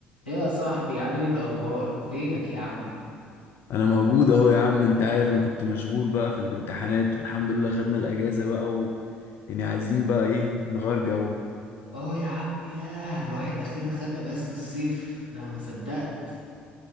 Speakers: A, on the left (about 85°); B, on the left (about 55°).
A: ايه يا صاحبي عامل ايه الاخبار فينك يا عم
B: انا موجود اهو يا عم انت عارف انا كنت مشغول بقى في الامتحانات والحمد لله خدنا الاجازة بقى و... يعني عايزين بقى ايه نغير جو
A: اه يا عم ياه الواحد اخيرا خد اجازة الصيف ده ما صدقت